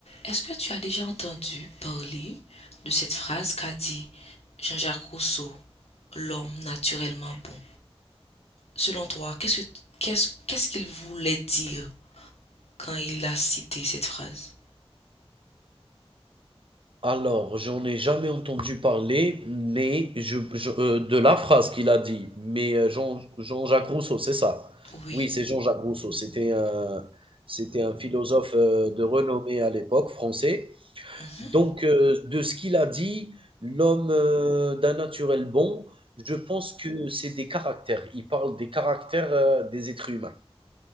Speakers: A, on the left; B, on the right.
A: Est-ce que tu as déjà entendu parler de cette phrase qu'a dit Jean-Jacques Rousseau, l'homme naturellement bon? Selon toi, qu'est-ce que qu'est-ce qu'est-ce qu'il voulait dire quand il a cité cette phrase?
B: Alors, j'en ai jamais entendu parler, mais je, je- euh, de la phrase qu'il a dit. Mais euh, Jean, Jean-Jacques Rousseau, c'est ça.
A: Oui.
B: Oui, c'est Jean-Jacques Rousseau. C'était un, c'était un philosophe euh, de renommée à l'époque, français.
A: Mhm,
B: Donc, euh, de ce qu'il a dit, l'homme euh, d'un naturel bon, je pense que c'est des caractères. Il parle des caractères euh, des êtres humains.